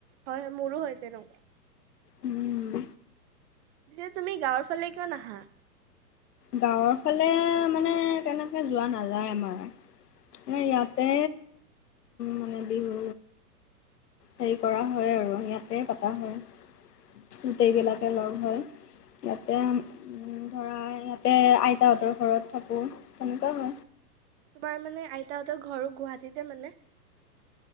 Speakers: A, on the right; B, on the left.
A: হয় মোৰো হয় তেনেকুৱা।
B: উম
A: তেতিয়া তুমি গাঁৱৰ ফালে কিয় নাহা?
B: গাঁৱৰ ফালে মানে তেনেকে যোৱা নাযায় আমাৰ। মানে ইয়াতে মানে বিহু। হেৰি কৰা হয় আৰু ইয়াত। তাতে পতা হয় গোটেইবিলাকে লগ হয় ইয়াতে, উম ধৰা ইয়াতে আইতাহঁতৰ ঘৰত থাকো তেনেকুৱা হয়।
A: তোমাৰ মানে আইতাহঁতৰ ঘৰো গুৱাহাটীতে মানে।